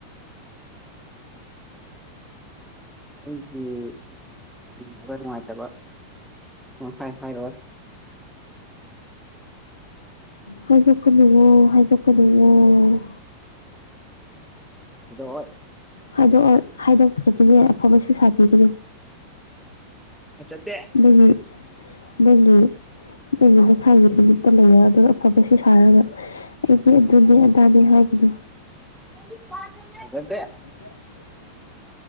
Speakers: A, in the centre; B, on the left.
A: <unintelligible> ꯑꯩꯒꯤ <unintelligible> ꯅꯨꯡꯉꯥꯏꯇꯕ ꯁꯨꯡꯍꯥꯏ ꯍꯥꯏꯔꯣꯏ
B: ꯍꯥꯏꯗꯣꯛꯀꯅꯨꯑꯣ ꯍꯥꯏꯗꯣꯛꯀꯅꯨꯑꯣ
A: ꯏꯗꯣ ꯍꯣꯏ
B: ꯍꯥꯏꯗꯣꯛꯑꯣꯏ ꯍꯥꯏꯗꯣꯛꯇ꯭ꯔꯗꯤꯅꯦ ꯑꯐꯕꯁꯨ ꯁꯥꯕꯤꯒꯅꯤ
A: <unintelligible>
B: ꯑꯗꯨꯅꯦ ꯑꯗꯨꯒꯤ ꯑꯩꯒꯤ ꯃꯁꯥꯒꯤ ꯅꯨꯃꯤꯠꯇ ꯂꯩꯔ ꯑꯗꯨꯒ ꯑꯐꯕꯁꯨ ꯁꯥꯔꯒ ꯑꯩꯗꯤ ꯑꯗꯨꯅꯦ ꯑꯗꯥꯅꯦ ꯍꯥꯏꯒꯅꯨ
A: <unintelligible>
B: <unintelligible>